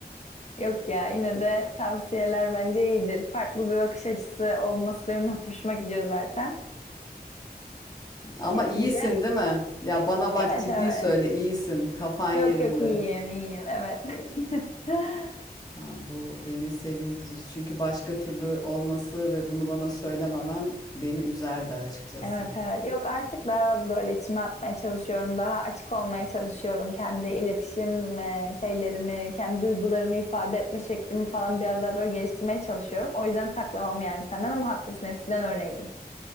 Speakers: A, on the left; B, on the left.
A: Yok ya yine de tavsiyeler bence iyidir. Farklı bir bakış açısı olması benim hep hoşuma gidiyor zaten.
B: Ama
A: Bir şekilde
B: iyisin değil mi? Ya bana bak
A: evet
B: ciddi
A: evet.
B: söyle iyisin. Kafan yerinde.
A: Yok yok Tamam. iyiyim iyiyim evet. <laughs>
B: Ha, bu beni sevindirir. Çünkü başka türlü olması ve bunu bana söylememen beni üzerdi açıkçası.
A: Evet evet. Yok artık daha az böyle içime atmaya çalışıyorum. Daha açık olmaya çalışıyorum. Kendi iletişim e, şeylerimi, kendi duygularımı ifade etme şeklimi falan biraz daha böyle geliştirmeye çalışıyorum. O yüzden saklamam yani senden ama haklısın. Eskiden öyleydim.